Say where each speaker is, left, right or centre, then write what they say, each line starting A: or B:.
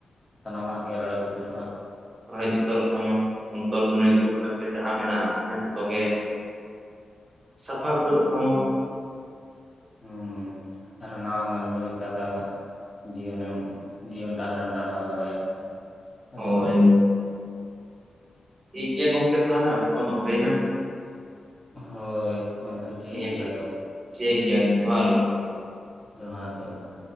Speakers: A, on the left (about 25°); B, on the right (about 50°).
A: ᱥᱟᱱᱟᱢᱟᱜ ᱜᱮ ᱞᱟᱹᱲᱮᱡ ᱩᱛᱟᱹᱨᱚᱜᱼᱟ᱾
B: ᱨᱟᱹᱲᱮᱡ ᱩᱛᱟᱹᱨᱚᱜ ᱛᱟᱢᱟ ᱚᱱᱛᱚᱨ ᱢᱚᱱᱤ ᱫᱩᱠ ᱟᱨᱠᱤ ᱡᱟᱦᱟᱸ ᱢᱮᱱᱟᱜ ᱟᱠᱟᱫ ᱡᱚᱛᱚ ᱜᱮ ᱥᱟᱯᱷᱟ ᱩᱛᱟᱹᱨᱚᱜ ᱛᱟᱢᱟ
A: ᱦᱩᱸ ᱟᱨ ᱱᱟᱣᱟ ᱢᱟᱹᱱᱢᱤ ᱞᱮᱠᱟᱛᱮ ᱟᱢᱟᱜ ᱡᱤᱭᱚᱱᱮᱢ ᱡᱤᱭᱚᱱ ᱰᱟᱦᱟᱨᱮᱢ ᱰᱟᱨᱦᱟᱣ ᱫᱟᱲᱮᱭᱟᱜ ᱛᱟᱢᱟ ᱟᱸᱡᱚᱢ
B: ᱦᱳᱭ
A: ᱠᱟᱜ ᱟᱹᱧ
B: ᱴᱷᱤᱠ ᱜᱮᱭᱟ ᱜᱚᱢᱠᱮ ᱛᱟᱦᱚᱞᱮ ᱚᱠᱛᱚ ᱢᱟ ᱦᱩᱭᱱᱟ᱾
A: ᱦᱳᱭ ᱜᱚᱢᱠᱮ ᱴᱷᱤᱠ
B: ᱱᱤᱭᱟᱹ
A: ᱜᱮᱭᱟ
B: ᱜᱷᱟᱹᱲᱤᱡ
A: ᱛᱚᱵᱮ᱾
B: ᱴᱷᱤᱠ ᱜᱮᱭᱟ ᱡᱚᱦᱟᱨ ᱜᱮ
A: ᱡᱚᱦᱟᱨ ᱜᱮ ᱡᱚᱦᱟᱨ